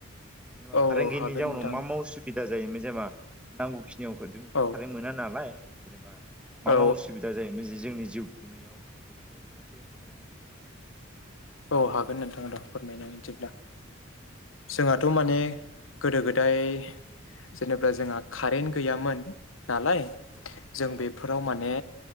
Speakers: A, in the centre; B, on the left (about 70°).
A: जेनेबा
B: औ
A: कारेन्थ
B: औ
A: गैयैनि
B: हागोन
A: जाउनाव
B: नोंथां
A: मा मा उसुबिदा जायोमोन जेनेबा नांगौखिनियाव जोंथ'
B: औ
A: खारेन मोना नालाय जेनेबा मा
B: औ
A: मा असुबिदा जायोमोन जोंनि जिउ खुंनायाव बेफोरखौ नोंथाङा एसे फोरमायनो हालाय
B: औ हागोन नोंथांमोन फोरमायना जेब्ला जोंहाथ' माने गोदो गोदाय जेनेबा जोंहा कारेन्ट गैयामोन नालाय
A: औ
B: जों
A: औ
B: बेफोराव
A: नोंथां औ
B: माने